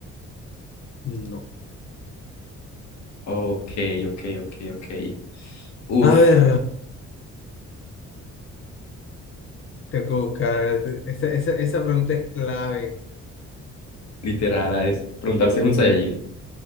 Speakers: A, on the left (about 45°); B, on the left (about 65°).
A: No.
B: Ok, ok, ok, ok. Uf,
A: A ver, tengo que buscar. Esa, esa, esa pregunta es clave.
B: literal, es preguntar si es un Saiyajin.